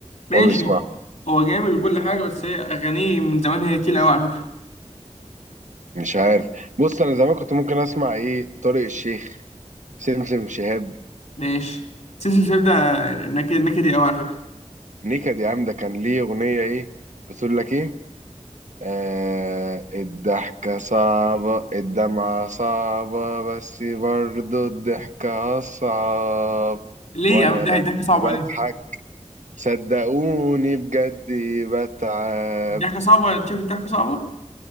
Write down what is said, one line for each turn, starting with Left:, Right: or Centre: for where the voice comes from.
Left: ماشي
Right: وهو بيسمع
Left: هو هو جامد وكل حاجة بس هي اغانيه من زمان هي تقيلة قوي على فكرة
Right: مش عارف بص انا زمان كنت ممكن اسمع ايه طارق الشيخ سمسم شهاب
Left: ماشي سلسلة شيب ده نك- نكدي قوي على فكرة
Right: نكد يا عم ده كان ليه اغنيه ايه بتقول لك ايه آه الضحكه صعبه الدمعه صعبه بس برضو الضحكه اصعب
Left: ليه
Right: وانا
Left: يا عم ده
Right: لما
Left: ضحكة صعبة
Right: بضحك
Left: ليه؟
Right: صدقوني بجد بتعب
Left: الضحكة صعبة انت شايف الضحكة صعبة؟